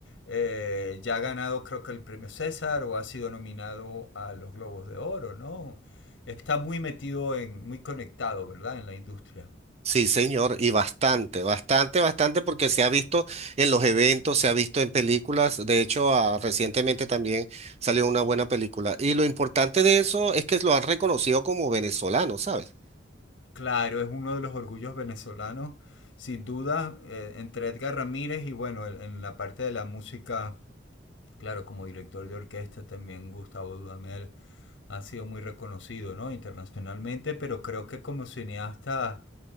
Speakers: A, on the left (about 65°); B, on the right (about 35°).
A: eh, ya ha ganado creo que el premio César o ha sido nominado a los Globos de Oro, ¿no? Está muy metido en, muy conectado, ¿verdad? En la industria.
B: Sí, señor, y bastante, bastante, bastante, porque se ha visto en los eventos, se ha visto en películas, de hecho, ah, recientemente también salió una buena película. Y lo importante de eso es que lo han reconocido como venezolano, ¿sabes?
A: Claro, es uno de los orgullos venezolanos, sin duda, eh, entre Edgar Ramírez y bueno, el- en la parte de la música, claro, como director de orquesta también Gustavo Dudamel ha sido muy reconocido, ¿no? Internacionalmente, pero creo que como cineasta